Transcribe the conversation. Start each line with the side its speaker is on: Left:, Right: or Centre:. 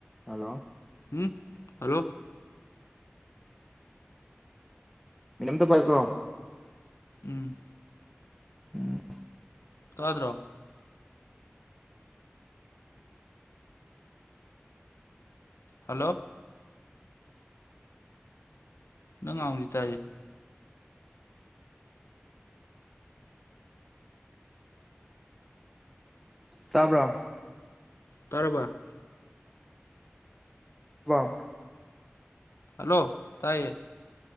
Centre: hello
Left: ꯎꯝ hello
Centre: minute ꯑꯝꯇ ꯄꯥꯏꯌꯣꯀꯣ
Left: ꯎꯝ
Centre: ꯎꯝ
Left: ꯇꯥꯗ꯭ꯔꯣ ꯍꯂꯣ ꯅꯪ ꯉꯥꯡꯕꯗꯤ ꯇꯥꯢꯌꯦ
Centre: ꯇꯥꯕ꯭ꯔꯥ
Left: ꯇꯥꯔꯕ
Centre: ꯕ꯭ꯔꯥ
Left: ꯍꯜꯂꯣ ꯇꯥꯏꯌꯦ